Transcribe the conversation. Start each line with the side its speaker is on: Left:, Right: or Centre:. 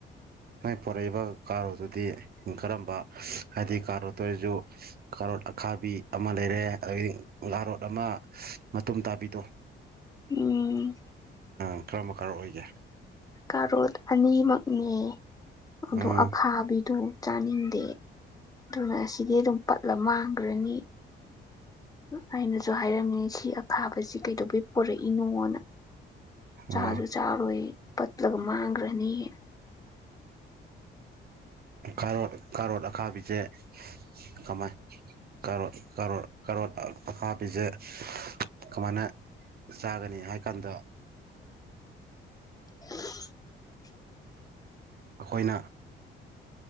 Right: ꯅꯣꯏ ꯄꯣꯔꯛꯏꯕ ꯀꯥꯔ ꯑꯗꯨꯗꯤ ꯀꯔꯝꯕ ꯍꯥꯏꯗꯤ ꯀꯥꯔ ꯇꯣꯏꯔꯁꯨ ꯀꯥꯔꯣ ꯑꯈꯥꯕꯤ ꯑꯃ ꯂꯩꯔꯦ ꯑꯗꯒꯤꯒꯥꯔꯣꯠ ꯑꯃ ꯃꯇꯨꯝ ꯇꯥꯕꯤꯗꯣ
Left: ꯎꯝ
Right: ꯑꯪ ꯀꯔ ꯃꯈ ꯀꯥꯔ ꯑꯣꯏꯒꯦ
Left: ꯀꯥꯔꯣꯠ ꯑꯅꯤꯃꯛꯅꯦ ꯑꯗꯨ
Right: ꯎꯝ
Left: ꯑꯈꯥꯕꯤꯗꯨ ꯆꯥꯅꯤꯡꯗꯦ ꯑꯗꯨꯅ ꯑꯁꯤꯗꯤ ꯑꯗꯨꯝ ꯄꯠꯂ ꯃꯥꯡꯈ꯭ꯔꯅꯤ ꯑꯩꯅꯁꯨ ꯍꯥꯏꯔꯝꯃꯤꯅꯦ ꯁꯤ ꯑꯈꯥꯕꯁꯤ ꯀꯩꯗꯧꯕꯩ ꯄꯣꯔꯛꯏꯅꯣꯅ ꯆꯥꯔꯨ
Right: ꯑꯥ
Left: ꯆꯥꯔꯨꯣꯏ ꯄꯠꯂꯛ ꯃꯥꯒ ꯔꯅꯤꯌꯦ
Right: ꯈꯥꯔꯣ ꯈꯥꯔꯣꯠ ꯑꯈꯥꯕꯤꯁꯦ ꯀꯃꯥꯏ ꯀꯔꯣ ꯀꯔꯣ ꯀꯔꯣꯔ ꯑꯈꯥꯕꯤꯁꯦ ꯀꯃꯥꯏꯅ ꯆꯥꯒꯅꯤ ꯍꯥꯏ ꯀꯥꯟꯗ
Left: <unintelligible>
Right: ꯑꯩꯈꯣꯏꯅ